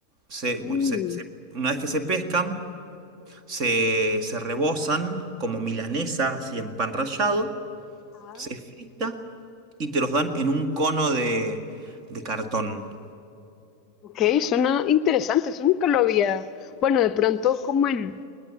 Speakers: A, on the right; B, on the left.
A: Se-
B: Mm,
A: se- se- una vez que se pescan, se, se rebozan como milanesa, así en pan rallado,
B: Ah,
A: se frita y te los dan en un cono de, de cartón.
B: ok, suena interesante, eso nunca lo había. Bueno, de pronto como en,